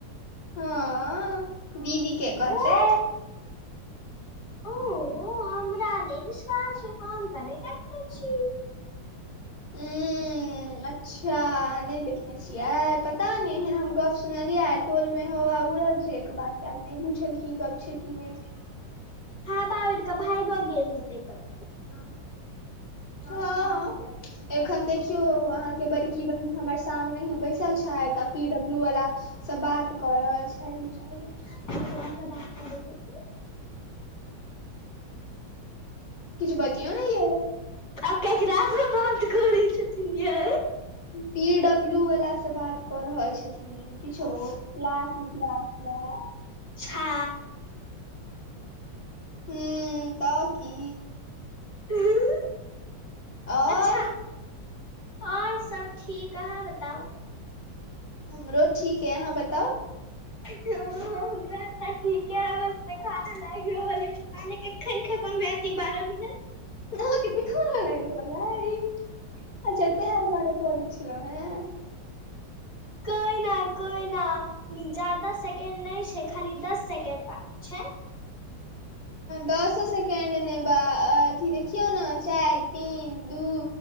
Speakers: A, on the left (about 30°); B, on the left (about 65°).
A: हँ दीदी के कहतै।
B: ओ ओ, हमरा नै विश्वास ऐ, हम त नै देखने छी।
A: उं अच्छा, अहाँ नै देखने छियै, पता नै एहेन हम। गप्प सुनलियैया आइ, टोलमे हवा उड़ल छै एक बात के। आब नै बुझल की गप छै की नै छै।
B: हावा उड़िक भाइगो गेल हेतै कतौ।
A: <inaudible> हं। एखन देखियौ अहाँ के बड़की बहिन हमर सामने हे बैसल छथि आ पी डब्लू बला सं बात क रहल छथि।
B: <unintelligible>
A: किछ बजिऔ ने यै।
B: आब केकरा स बात करै छथिन यै।
A: पी डब्ल्यू बला स बात क रहल छथि। किछो
B: ओ
A: किलास तिलास ले।
B: छा
A: हूं त की?
B: <unintelligible>
A: और
B: अच्छा। और सब ठीक अहाँ बताउ?
A: हमरो ठीक ऐ अहाँ बताउ?
B: हं हं हमरा त ठीके ऐ, बस पैखाना लागि रहल अछि। पता नै केखन खतम हैत ई बारह मिनट?
A: अहाँके पेखाना लागि रहल अछि? अच्छा तें दुआरे पदै छलहु हें?
B: कोइ ना कोइ ना, जादा सेकंड नै छै, खाली दस सेकेंड बांकी छै।
A: दसो सेकेंड नै ब अ अथी देखियौ न चारि तीन दू